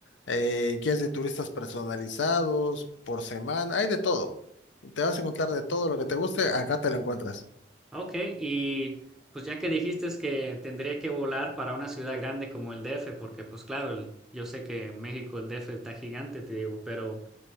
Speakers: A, on the left (about 85°); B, in the centre.
A: eh, guías de turistas personalizados, por semana, hay de todo. Te vas a encontrar de todo lo que te guste, acá te lo encuentras.
B: Ok, y pues ya que dijiste es que tendría que volar para una ciudad grande como el DF, porque pues claro, el- yo sé que México, el DF está gigante, te digo, pero...